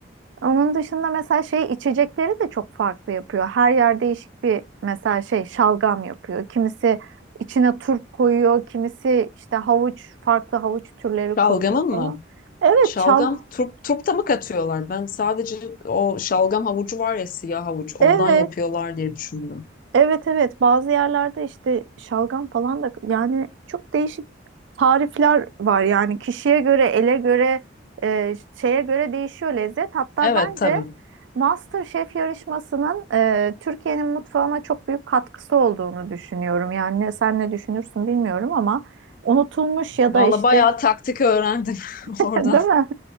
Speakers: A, on the right (about 70°); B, on the left (about 45°).
A: Onun dışında mesela şey içecekleri de çok farklı yapıyor. Her yer değişik bir mesela şey şalgam yapıyor. Kimisi içine turp koyuyor, kimisi işte havuç, farklı havuç türleri koyuyor
B: Şalgamın mı?
A: falan. Evet,
B: Şalgam
A: çal
B: turp, turpta mı katıyorlar? Ben sadece o şalgam havucu var ya siyah havuç ondan
A: evet.
B: yapıyorlar diye düşündüm.
A: Evet evet bazı yerlerde işte şalgam falan da yani çok değişik tarifler var yani kişiye göre ele göre e, şeye göre değişiyor lezzet. Hatta
B: Evet
A: bence
B: tabii.
A: MasterChef yarışmasının e, Türkiye'nin mutfağına çok büyük katkısı olduğunu düşünüyorum. Yani ne- sen ne düşünürsün bilmiyorum ama unutulmuş ya
B: Valla
A: da işte
B: bayağı taktik öğrendim <laughs>
A: <laughs>
B: oradan.
A: değil mi?